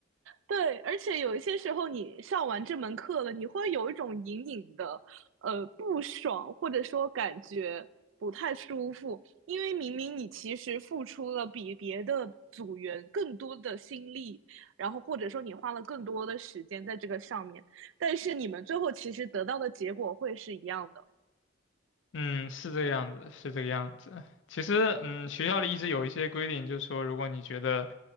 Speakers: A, on the right; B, on the left.
A: 对，而且有一些时候你上完这门课了，你会有一种隐隐的呃不爽，或者说感觉不太舒服，因为明明你其实付出了比别的组员更多的心力，然后或者说你花了更多的时间在这个上面，但是你们最后其实得到的结果会是一样的。
B: 嗯，是这个样子，是这个样子。其实，嗯，学校里一直有一些规定，就是说，如果你觉得